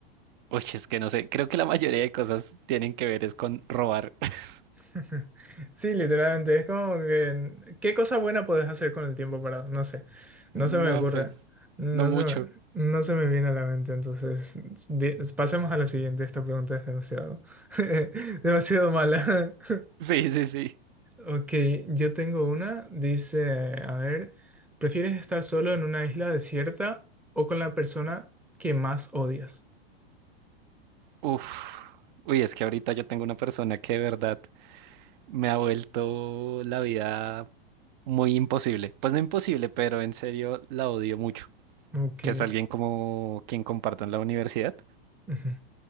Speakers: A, on the right (about 50°); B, in the centre.
A: uy, es que no sé, creo que la mayoría de cosas tienen que ver es con robar. <laughs>
B: <laughs> Sí, literalmente, es como que, ¿qué cosa buena puedes hacer con el tiempo parado? No sé, no
A: No,
B: se me ocurre,
A: pues,
B: no
A: no mucho.
B: se me, no se me viene a la mente, entonces di- pasemos a la siguiente, esta pregunta es demasiado, <laughs> demasiado mala. <laughs>
A: Sí, sí, sí.
B: Ok, yo tengo una, dice, a ver, ¿prefieres estar solo en una isla desierta o con la persona que más odias?
A: Uf. Uy, es que ahorita yo tengo una persona que de verdad me ha vuelto la vida muy imposible. Pues no imposible, pero en serio la odio mucho.
B: Ok,
A: Que es alguien como quien comparto en la universidad.
B: ujú,